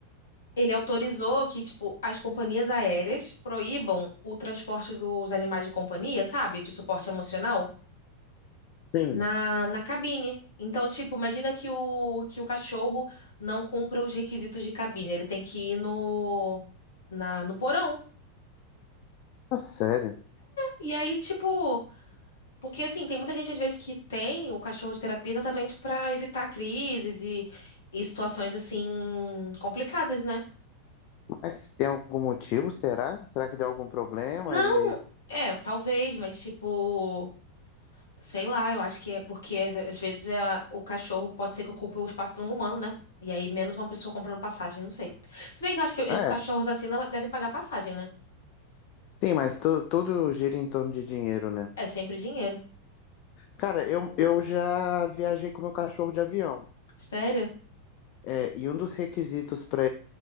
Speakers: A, on the left (about 65°); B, on the left (about 40°).
A: ele autorizou que, tipo, as companhias aéreas proíbam o transporte dos animais de companhia, sabe? De suporte emocional,
B: sim.
A: na, na cabine. Então, tipo, imagina que o, que o cachorro não cumpra os requisitos de cabine. Ele tem que ir no, na, no porão.
B: Ah, sério.
A: E aí, tipo. Porque, assim, tem muita gente, às vezes, que tem o cachorro de terapia exatamente pra evitar crises e, e situações, assim, complicadas, né?
B: Mas tem algum motivo, será? Será que deu algum problema?
A: Não,
B: E...
A: é, talvez, mas, tipo, sei lá, eu acho que é porque, às às vezes, é- o cachorro pode ser que ocupe o espaço de um humano, né? E aí, menos uma pessoa comprando passagem, não sei. Se bem que eu acho que esses
B: É,
A: cachorros, assim, não devem pagar passagem, né?
B: sim, mas tu, tudo gira em torno de dinheiro, né?
A: É sempre dinheiro.
B: Cara, eu, eu já viajei com meu cachorro de avião.
A: Sério?
B: É, e um dos requisitos para